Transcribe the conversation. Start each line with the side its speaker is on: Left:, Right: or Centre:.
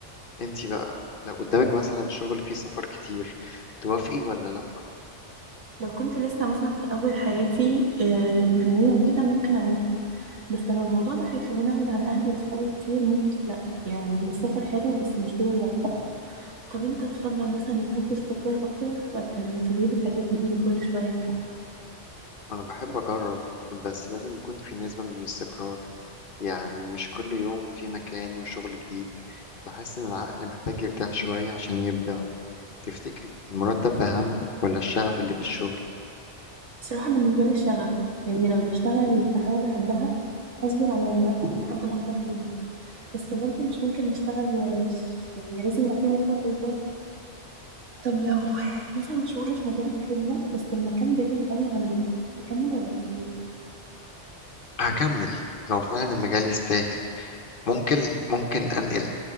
Left: انتي بقى لو قدامك مثلا شغل فيه سفر كتير توافقي ولا لأ؟
Right: لو كنت لسه مثلا في أول حياتي آه، المهنية وكده ممكن أوافق بس لو الموضوع ده هيخليني أبعد عن أهلي وصحابي كتير ممكن لأ يعني السفر حلو بس مش طول الوقت طب أنت تفضل مثلا يكون في استقرار أكتر ولا تجربة حاجات جديدة كل شوية
Left: أنا بحب أجرب بس لازم يكون في نسبة من الاستقرار يعني مش كل يوم في مكان وشغل جديد بحس إن العقل محتاج يرتاح شوية عشان يبدع تفتكري المرتب أهم ولا الشغف اللي في الشغل؟
Right: بصراحة بالنسبة لي الشغف يعني لو بشتغل في حاجة بحبها هصبر على المرتب لحد ما أكبر فيها بس برضه مش ممكن أشتغل ببلاش يعني لازم يبقى في مقابل برضه طب لو مثلا شغل في مجال تحبه بس المكان بعيد قوي عن بيتك تكمل ولا تسيبه
Left: هكمل لو فعلا المجال يستاهل ممكن ممكن أنقل